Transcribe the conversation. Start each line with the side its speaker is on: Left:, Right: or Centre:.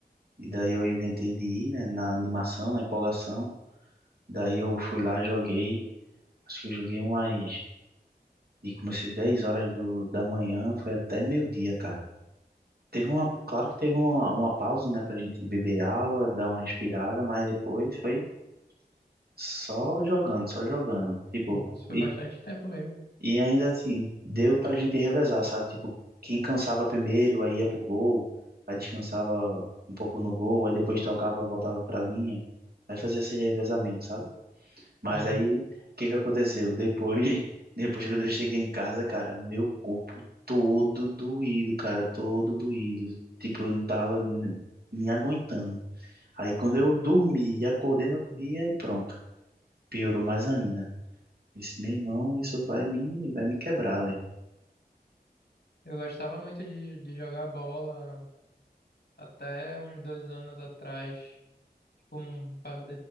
Right: e daí eu inventei de ir, né, na animação, na empolgação. Daí eu fui lá, joguei, acho que eu joguei umas, e comecei 10 horas do, da manhã, foi até meio-dia, cara. Teve uma, claro que teve uma, uma pausa, né, pra gente beber água, dar uma respirada, mas depois foi só jogando, só jogando. Tipo,
Left: Nossa, foi
Right: e,
Left: bastante tempo mesmo.
Right: e ainda assim, deu pra gente revezar, sabe? Tipo, quem cansava primeiro, aí ia pro gol, aí descansava um pouco no gol, aí depois tocava, voltava pra linha, aí fazia esse revezamento, sabe? Mas
Left: Uhum.
Right: aí, o que que aconteceu? Depois, <laughs> depois que eu cheguei em casa, cara, meu corpo todo doído, cara, todo doído. Tipo, eu não tava ne- me aguentando. Aí quando eu dormi e acordei no outro dia, e pronto, piorou mais ainda. Eu Disse, meu irmão, isso vai me, vai me quebrar, velho.
Left: Eu gostava muito de, de jogar bola até uns dois anos atrás. Tipo, um pa-